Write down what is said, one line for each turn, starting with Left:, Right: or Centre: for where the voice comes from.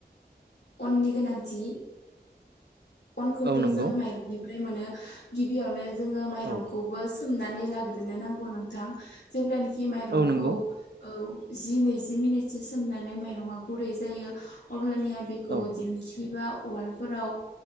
Left: अननि गोनांथि अनखौथ'
Right: औ नंगौ
Left: जों माइरंनिफ्राय मोनो गिबियावनो जोङो माइरंखौबो
Right: औ
Left: सोमनानै लाग्रोनो नांगौ नोंथां जेब्लानाखि माइरंखौ
Right: औ नंगौ
Left: औ जि नैजि मिनिटसो सोमनानै माइरङा गुरै जायो। अब्लानिया बेखौ
Right: औ
Left: दिंखिबा उवालफोराव